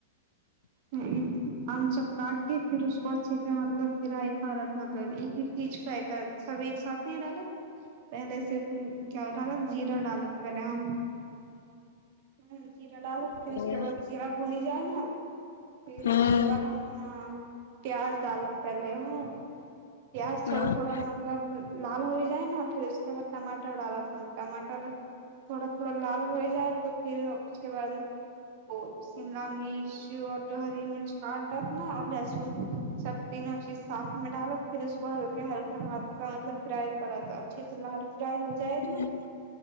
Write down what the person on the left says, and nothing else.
हूं
हूं
हूं
हूँ